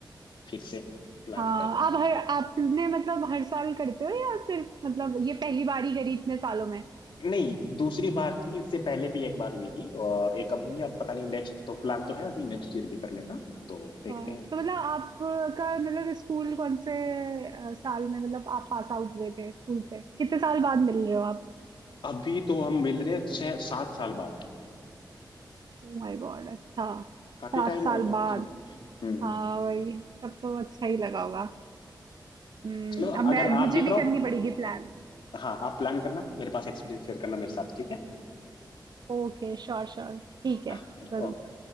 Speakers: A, on the left; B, on the right.
A: फिर से प्लान
B: हाँ
A: करते
B: आप
A: हैं
B: हर आपने मतलब हर साल करते हो या सिर्फ मतलब ये पहली बार ही करी इतने सालों में
A: नहीं दूसरी बार थी इससे पहले भी एक बार हुई थी और एक अब हुई है, अब पता नहीं नेक्स्ट तो प्लान तो है अभी नेक्स्ट ईयर भी करने का तो देखते
B: हाँ,
A: हैं
B: तो मतलब आपका मतलब स्कूल कौन से अ, साल में मतलब आप पास आउट हुए थे स्कूल से कितने साल बाद मिल रहे हो आप
A: अभी तो हम मिल रहे हैं छह सात साल बाद
B: ओ माय गॉड अच्छा
A: काफी
B: सात
A: टाइम
B: साल
A: हो गया
B: बाद
A: हम्म हम्म।
B: हाँ वही तब तो अच्छा ही लगा होगा हम्म
A: चलो
B: अब मैं
A: अगर आप
B: मुझे
A: भी करो
B: भी करनी पड़ेगी प्लान
A: हाँ आप प्लान करना मेरे पास एक्सपीरियंस शेयर करना मेरे साथ ठीक
B: ओके श्योर श्योर ठीक है
A: है
B: जरूर